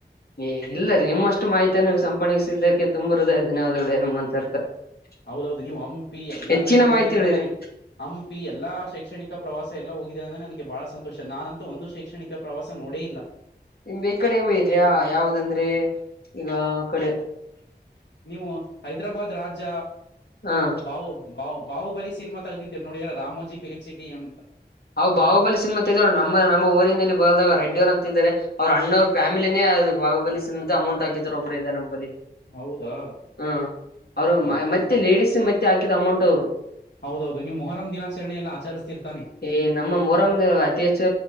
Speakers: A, on the left; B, on the left.
A: ಏ ಇಲ್ಲ ರೀ ನಿಮ್ಮಷ್ಟು ಮಾಹಿತಿಯನ್ನು ಸಂಪಣಿಸಿದ್ದಕ್ಕೆ ತುಂಬಾ ಹೃದಯ ಧನ್ಯವಾದಗಳು <unintelligible>
B: ಹೌದೌದು ನೀವು ಹಂಪಿ ಎಲ್ಲಾ
A: ಹೆಚ್ಚಿನ
B: ಕಡೆ ಹೋಗಿದ್ದೀರ
A: ಮಾಹಿತಿ
B: ಅಂದ್ರೆ
A: ಹೇಳಿರಿ
B: ನನಗೆ ಹಂಪಿ ಎಲ್ಲಾ ಶೈಕ್ಷಣಿಕ ಪ್ರವಾಸ ಎಲ್ಲ ಹೋಗಿದಿದ್ದಾರೆ ಅಂದ್ರೆ ನನಗೆ ಬಹಳ ಸಂತೋಷ ನಾನಂತೂ ಒಂದು ಶೈಕ್ಷಣಿಕ ಪ್ರವಾಸ ನೋಡೇ ಇಲ್ಲ
A: <unintelligible> ಈ ಕಡೆ ಇದ್ಯಾ ಯಾವ್ದಂದ್ರೆ ಈಗ ಆ ಕಡೆ
B: ನೀವು ಹೈದ್ರಾಬಾದ್ ರಾಜ
A: ಹ
B: ಬಾಹು ಬಾ ಬಾಹು ಬಲಿ ಸಿನಿಮಾ ತಗ್ದಿದ್ದರು ನೋಡಿ ಯಲ್ಲ ರಾಮೋಜಿ ಫಿಲಿಮ್ ಸಿಟಿ ಎಂಬ
A: ಅವು ಬಾಹುಬಲಿ ಸಿನಿಮಾ <unintelligible> ನಮ್ಮ ನಮ್ಮ ಊರಿನಲ್ಲಿ ಬಲ್ದಾಗ ರೆಡ್ಡಿಯವರು ಅಂತ ಇದಾರೆ ಅವ್ರರು ಅಣ್ಣವ್ರ ಫ್ಯಾಮಲಿನೇ ಅ ಬಹುಬಲಿ ಸಿಮದ ಅಮೌಂಟ್ ಹಾಕಿದ್ರು ಒಬ್ರು ಇದರೆ ನಮ್ಮಂಬಲಿ
B: ಹೌದಾ
A: ಹಾ ಅವರು
B: ಹಾ ಹಾ
A: ಮತ್ತೆ
B: ಹಾ
A: ಲೇಡಿಸ್ ಮತ್ತೆ ಹಾಕಿದ ಅಮೌಂಟ್ ಅವರು
B: ಹೌದೌದು ನೀವು ಮೊರಂ ದಿನಾಚರಣೆ ಎಲ್ಲ ಆಚರಿಸ್ತಿರತಾನೆ
A: ಏ ನಮ್ಮ ಮೊಹರಂ ಅತಿ ಹೆಚ್ಚು